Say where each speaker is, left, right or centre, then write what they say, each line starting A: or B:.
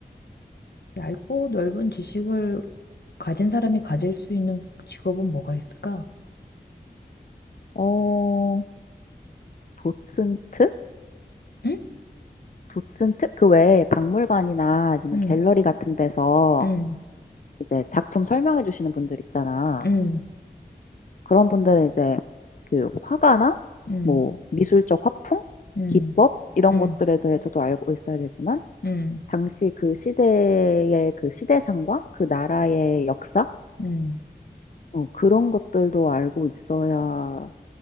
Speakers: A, on the left (about 75°); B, on the left (about 50°).
A: 얇고 넓은 지식을 가진 사람이 가질 수 있는 직업은 뭐가 있을까?
B: 어, 도슨트?
A: 응?
B: 도슨트? 그 외에 박물관이나 아니면
A: 응,
B: 갤러리 같은 데서
A: 응,
B: 이제 작품 설명해 주시는 분들 있잖아.
A: 응,
B: 그런 분들은 이제 그 화가나
A: 응,
B: 뭐 미술적 화풍,
A: 응,
B: 기법 이런
A: 응,
B: 것들에 대해서도 알고 있어야 되지만
A: 응,
B: 당시 그 시대의 그 시대상과 그 나라의 역사
A: 응, 응,
B: 어, 그런 것들도 알고 있어야